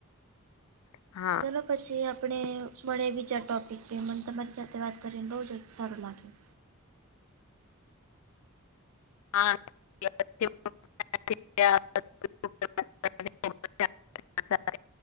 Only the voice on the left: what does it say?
હા.
હા. <inaudible> <unintelligible> <inaudible> <inaudible>